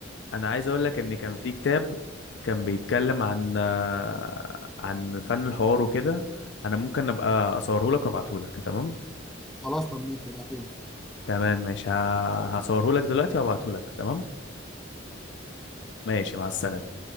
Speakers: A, on the left; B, in the centre.
A: انا عايز اقول لك ان كان في كتاب كان بيتكلم عن آه، عن فن الحوار وكده انا ممكن ابقى اصوره لك وابعته لك تمام
B: خلاص طب ماشي ابعتولي
A: تمام ماشي ه... هصوره لك دلوقتي وابعته لك تمام ماشي مع السلامة